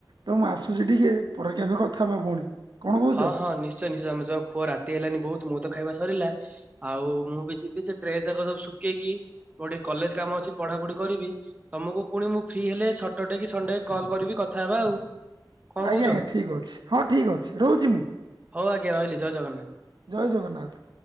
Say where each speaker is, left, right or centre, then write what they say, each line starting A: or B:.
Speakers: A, on the right; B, on the right.
A: ତ ମୁଁ ଆସୁଛି ଟିକେ ପରେ ଏବେ କଥା ହେବା ପୁଣି। କଣ କହୁଛ?
B: ହଁ ହଁ ନିଶ୍ଚୟ ନିଶ୍ଚୟ ତମେ ଯାଅ ଖୁଅ ରାତି ହେଲାନି ବୋହୁତ ମୁଁ ତ ଖାଇବା ସରିଲା। ଆଉ ମୁଁ ବି ଯିବି ସେ ଡ୍ରେସ୍ ଯାଙ୍କ ସବୁ ଶୁଖେଇକି ମୋର ଟିକେ କଲେଜ କାମ ଅଛି ପଢାପଢି କରିବି। ତମକୁ ପୁଣି ମୁଁ ଫ୍ରି ହେଲେ ସଟର ଡେ କି ସଣ୍ଡେ କଲ୍ କରିବି କଥା ହବା ଆଉ। କଣ
A: ଆଜ୍ଞା
B: କହୁଛ
A: ଆଜ୍ଞା ଠିକ୍ ଅଛି ହଁ ଠିକ୍ ଅଛି ରହୁଛି ମୁଁ।
B: ହଉ ଆଜ୍ଞା ରହିଲି ଜୟ ଜଗନ୍ନାଥ।
A: ଜୟ ଜଗନ୍ନାଥ।